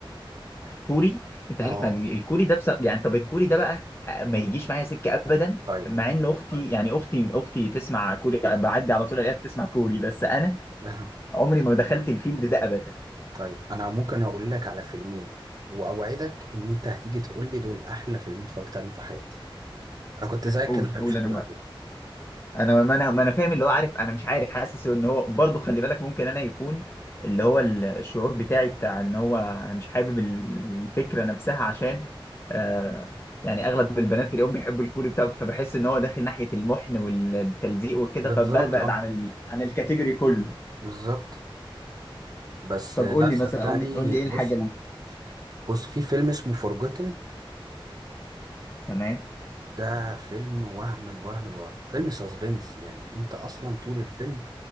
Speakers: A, on the left; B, on the right.
A: كوري انت
B: اه
A: عارف ال- الكوري ده بس يعني طب الكوري ده بقى آه، ما يجيش معايا سكه ابدا
B: طيب
A: مع ان اختي يعني اختي اختي تسمع كوري بعدي على طول الاقيها بتسمع كوري بس انا
B: <laughs>
A: عمري ما دخلت الفيلد ده ابدا
B: طيب انا ممكن اقول لك على فيلمين واوعدك ان انت هتيجي تقول لي دول احلى فيلمين اتفرجت عليهم في حياتي انا كنت زيك
A: قول
B: كده ما بحبش
A: قول
B: الكوري
A: انا
B: على فكره
A: انا ما انا ما انا فاهم اللي هو عارف انا مش عارف حاسس ان هو برضه خلي بالك ممكن انا يكون اللي هو ال- الشعور بتاعي بتاع ان هو انا مش حابب ال- الفكره نفسها عشان آه يعني اغلب البنات اليوم بيحبوا الكوري بتاع فبحس ان هو داخل ناحيه المحن والتلزيق وكده
B: بالظبط
A: فببعد
B: اه
A: عن ال... عن الكاتيجوري كله
B: بالظبط بس
A: طب
B: لا
A: قول
B: صدقني
A: لي مثلا قول لي قول لي ايه الحاجه
B: بص
A: اللي
B: بص في فيلم اسمه فورجوتن
A: تمام
B: ده فيلم وهم الوهم الوهم فيلم ساسبنس يعني انت اصلا طول الفيلم